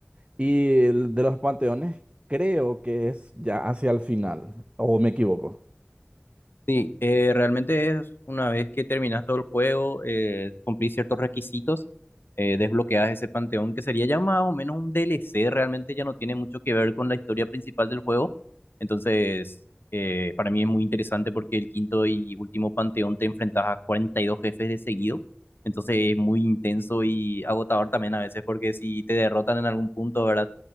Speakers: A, on the right; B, on the left.
A: Y el de los panteones creo que es ya hacia el final. O me equivoco.
B: Sí, eh, realmente es una vez que terminas todo el juego, eh, cumplís ciertos requisitos, eh, desbloqueas ese panteón que sería ya más o menos un DLC, realmente ya no tiene mucho que ver con la historia principal del juego. Entonces, eh, para mí es muy interesante porque el quinto y último panteón te enfrentas a 42 jefes de seguido. Entonces es muy intenso y agotador también a veces porque si te derrotan en algún punto, ¿verdad?